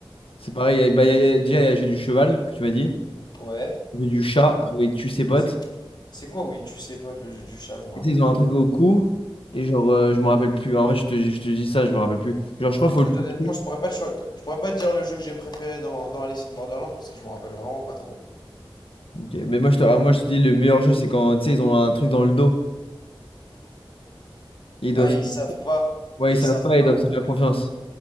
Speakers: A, on the left; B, on the left.
A: C'est pareil, il y a- bah, il y a- il y a- déjà, il y a le jeu du cheval que tu m'as dit.
B: ouais.
A: Le jeu du chat où il tue ses potes.
B: C'est quoi? C'est quoi, oui, tu sais pas, le jeu du chat, je me rappelle
A: Et tu sais, ils
B: plus.
A: ont un truc au cou. Et genre, euh, je me rappelle plus. En vrai, je te, je te dis ça, je me rappelle plus. Genre, je crois qu'il
B: En
A: faut
B: fait,
A: le toucher.
B: honnêtement, je pourrais pas te choi- je pourrais pas te dire le jeu que j'ai préféré dans, dans Alice in Borderlands parce que je me rappelle vraiment pas trop.
A: Ok. Mais moi je, te, ah, moi, je te dis, le meilleur jeu, c'est quand, tu sais, ils ont un truc dans le dos. Et ils doivent,
B: Ah, et ils savent pas.
A: ouais,
B: Et
A: ils
B: ils
A: savent
B: savent
A: pas, ils
B: pas.
A: doivent se faire confiance.